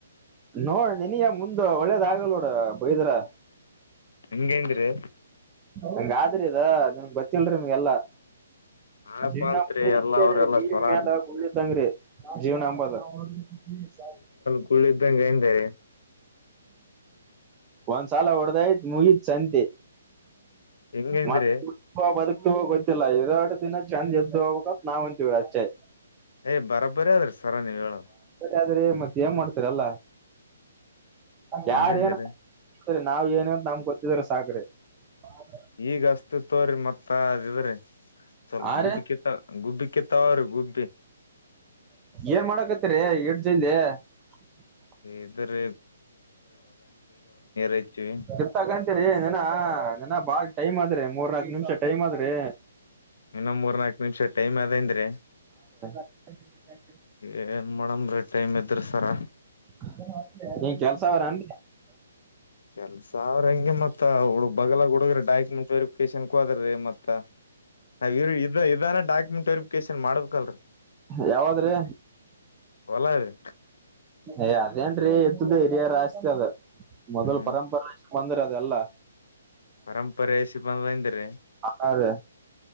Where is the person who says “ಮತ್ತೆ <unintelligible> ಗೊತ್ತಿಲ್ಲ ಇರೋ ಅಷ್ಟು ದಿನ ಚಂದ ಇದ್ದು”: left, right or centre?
Right